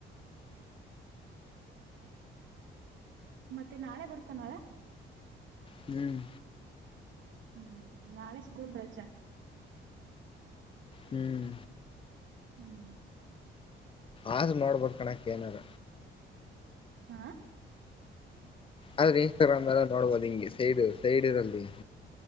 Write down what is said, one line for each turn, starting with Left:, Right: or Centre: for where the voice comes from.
Right: ಮತ್ತೆ ನಾಳೆ ಬರ್ತಾನದ
Left: ಹ್ಮ್
Right: ಹ್ಮ್ ನಾಳೆ ಸ್ಕೂಲ್ ರಜೆ
Left: ಹ್ಮ್
Right: ಹ್ಮ್ ಹ್ಮ್
Left: ಆದ್ರ್ ನೋಡ್ಬೋದ ಕಣಕ್ ಏನಾರ
Right: ಹಾ
Left: ಆದ್ರೆ ಇನ್ಸ್ಟಾಗ್ರಾಮ್ ಎಲ್ಲ ನೋಡ್ಬೋದು ನಿಂಗೆ ಸೈಡ್ ಸೈಡ್ ಇರಲ್ಲಿ